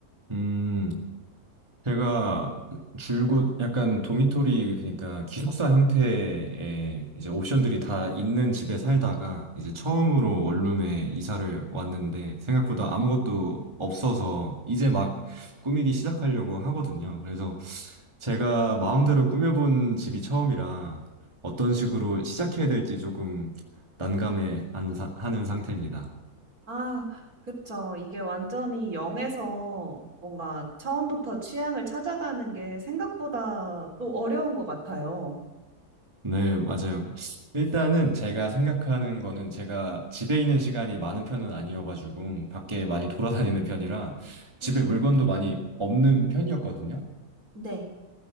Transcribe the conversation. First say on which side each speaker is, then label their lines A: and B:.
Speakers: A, on the right; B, on the right.
A: 음, 제가 줄곧 약간 도미토리 그러니까 기숙사 형태의 이제 옵션들이 다 있는 집에 살다가 이제 처음으로 원룸에 이사를 왔는데 생각보다 아무것도 없어서 이제 막 꾸미기 시작하려고 하거든요. 그래서 제가 마음대로 꾸며본 집이 처음이라 어떤 식으로 시작해야 될지 조금 난감해 하는 사- 하는 상태입니다.
B: 아, 그쵸. 이게 완전히 0에서 뭔가 처음부터 취향을 찾아가는 게 생각보다 또 어려운 것 같아요.
A: 네, 맞아요. 일단은 제가 생각하는 거는 제가 집에 있는 시간이 많은 편은 아니어가지고 밖에 많이 돌아다니는 편이라 집에
B: 음,
A: 물건도 많이 없는 편이었거든요.
B: 네.